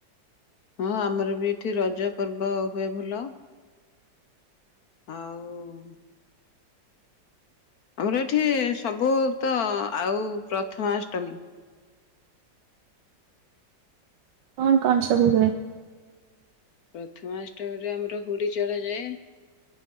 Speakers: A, on the left; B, on the right.
A: ହଁ ଆମର ବି ଏଠି ରଜ ପର୍ବ ହୁଏ ଭଲ। ଆଉ। ଆମର ଏଠି ସବୁ ତ ଆଉ ପ୍ରଥମାଷ୍ଟମୀ
B: କଣ କଣ ସବୁ ହୁଏ।
A: ପ୍ରଥମାଷ୍ଟମରେ ଆମର ହୁଳି ଚଢାଯାଏ